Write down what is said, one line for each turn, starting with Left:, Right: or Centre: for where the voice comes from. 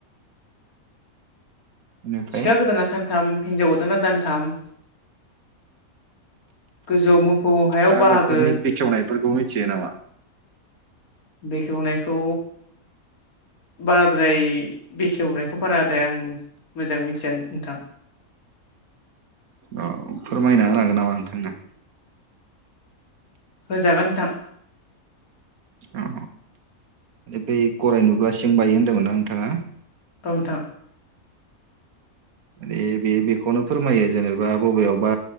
Right: बेनिफ्राय
Left: सिखा गोदाना सानथाम हिनजाव गोदाना दानथाम। गोजौआव मोफौ हायाव
Right: दा
Left: बाहागो
Right: बेफोरनि बेखेवनायफोरखौ मिथियो नामा?
Left: बेखेवनायखौ। बाराद्राय बेखेवनायखौ बाराद्राय आं मोजां मिथिया नोंथां।
Right: औ फोरमायना होना हागोन नामा नोंथां?
Left: होजागोन नोंथां।
Right: अ! बे गराय नुब्ला सिं बायो होनदोंमोन ना नोंथाङा?
Left: ओ नोंथां।
Right: माने बे बेखौनो फोरमायो जेनेबा बबेयावबा